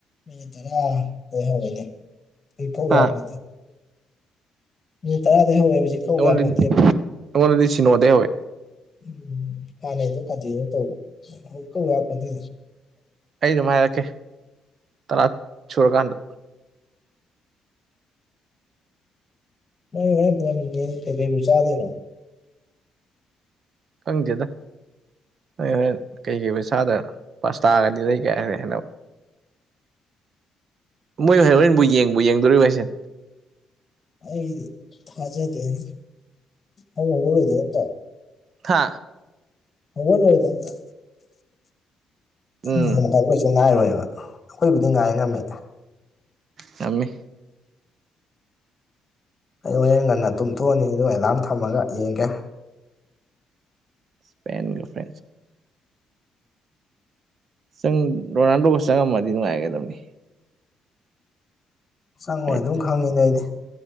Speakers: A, on the left (about 30°); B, on the right (about 55°).
A: Metre ꯍꯒꯅꯦ ꯑꯩ ꯐꯎ
B: ꯍꯥ
A: ꯌꯥ ꯃ ꯃꯤ ꯇꯔꯗ ꯍ ꯄ ꯀꯧ
B: ꯑꯩꯉꯣꯟꯗꯗꯤ
A: ꯌꯥꯣꯗ
B: ꯑꯩꯉꯣꯟꯗꯗꯤ ꯁꯤꯅꯣꯗꯩ ꯍꯧꯋꯦ
A: ꯎꯝ ꯍꯥꯟꯅꯩꯗꯣ ꯀꯟꯇꯤꯅ꯭ꯌꯨ ꯇꯧꯕꯨꯛ ꯀ ꯍꯥꯄꯗ
B: ꯑꯩ ꯅꯨꯡꯉꯥꯏꯔꯛꯀꯦ ꯇꯔꯥ ꯁꯨꯔꯀꯥꯟꯗ
A: ꯃꯣꯏ ꯃ ꯐꯉ ꯀꯩꯀꯩꯕꯨ ꯆꯥꯗꯣꯏꯅꯣ
B: ꯈꯪꯗꯦꯗ ꯅꯣꯏ ꯍꯣꯔꯦꯟ ꯀꯩ ꯀꯩ ꯏꯁꯥꯗ ꯄꯁ ꯇꯥꯔꯒꯗꯤ ꯂꯩ ꯀꯥꯏꯅꯤ ꯍꯥꯏꯅ ꯃꯣꯏ ꯍ ꯍꯣꯔꯦꯟꯕꯨ ꯌꯦꯡꯕꯨ ꯌꯦꯡꯗꯣꯔꯤꯕ ꯍꯥꯏꯁꯦ
A: ꯑꯩꯗꯤ ꯊꯥꯖꯗꯦꯅꯦ ꯑꯉꯧꯕꯔꯣꯏꯗꯣꯏ ꯑꯝꯇ
B: ꯊꯥ
A: ꯍꯗ ꯑꯣꯏꯕꯇ
B: ꯎꯝ
A: ꯑꯩꯈꯣꯏꯁꯨ ꯉꯥꯏꯔꯣꯏꯕ ꯑꯩꯈꯣꯏꯕꯨꯗꯤ ꯉꯥꯏ ꯉꯝꯃꯦ
B: ꯊꯃꯤ
A: ꯑꯩ ꯍꯣꯔꯡ ꯉꯟꯅ ꯇꯨꯝꯊꯣꯛꯑꯅꯤ ꯑꯗꯨꯒ ꯑꯦꯂꯥꯔꯝ ꯊꯝꯃꯒ ꯌꯦꯡꯒꯦ꯫
B: ꯢꯁꯄꯦꯟꯒ ꯐ꯭ꯔꯦꯟꯁ꯫ ꯆꯪ ꯔꯣꯅꯥꯜꯗꯣꯒ ꯆꯪꯉꯝꯃꯗꯤ ꯅꯨꯡꯉꯥꯏꯒꯗꯕꯅꯤ꯫
A: ꯆꯪꯉꯣꯏ
B: ꯍꯥꯏꯗꯤ
A: ꯑꯗꯨꯝ ꯈꯪꯉꯤꯅꯦ ꯑꯩꯗꯤ꯫